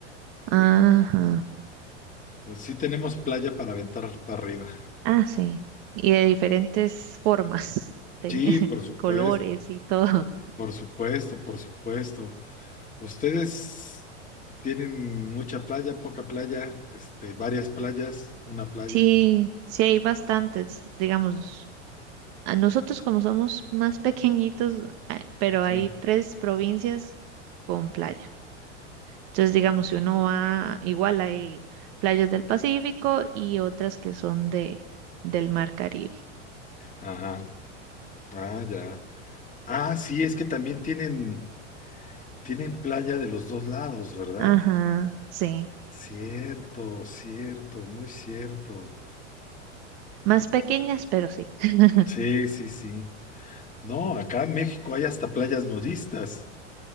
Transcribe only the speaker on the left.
Entonces sí tenemos playa para aventar para arriba.
Sí,
por supuesto,
por supuesto, por supuesto. Ustedes tienen mucha playa, poca playa, este, varias playas, una playa,
sí.
Ajá. Ah, ya. Ah, sí, es que también tienen, tienen playa de los dos lados, ¿verdad?
Cierto, cierto, muy cierto.
Sí, sí, sí. No, acá en México hay hasta playas nudistas.